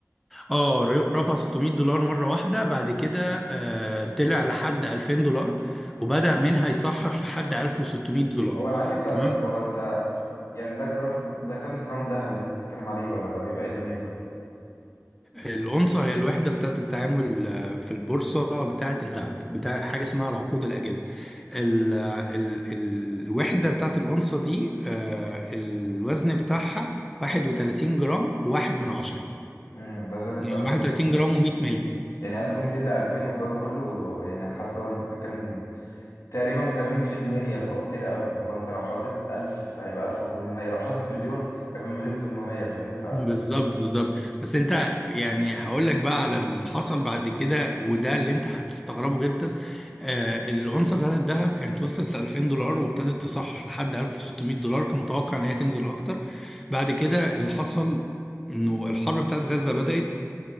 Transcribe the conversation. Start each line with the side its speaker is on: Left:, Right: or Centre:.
Centre: اه رفع 600 دولار مرة واحدة بعد كده آه طلع لحد 2000 دولار وبدأ منها يصحح لحد 1600 دولار
Left: هو انا عندي سؤال
Centre: تمام
Left: بس هو انت يعني ده جرام ده كام جرام دهب اللي انت بتتكلم عليه ولا ده بيبقى ايه دنيته
Centre: الأونصة هي الوحدة بتاعة التعامل آه، في البورصة بتاعة الذهب بتاع حاجة اسمها العقود الآجلة ال ال ال الوحدة بتاعة الأونصة دي آه الوزن بتاعها 31 جرام وواحد من عشرة
Left: امم ده زادت
Centre: يعني
Left: قوي
Centre: 31 جرام و100 مللي
Left: يعني 1200 ل 2000 والجو ده كله يعني حاسس هو انت بتتكلم تقريبا 80% فهو كتير قوي اللي هو انت لو حاطط 1000 هيبقى 1800 لو حاطط مليون هيبقى مليون 800 فاهمني فانا
Centre: بالظبط بالظبط بس انت يعني هقول لك بقى على اللي حصل بعد كده وده اللي انت هتستغربه جدا آه الأونصة بتاعت الذهب كانت وصلت ل 2000 دولار وابتدت تصح لحد 1600 دولار كان متوقع ان هي تنزل اكتر بعد كده اللي حصل انه الحرب بتاعت غزة بدأت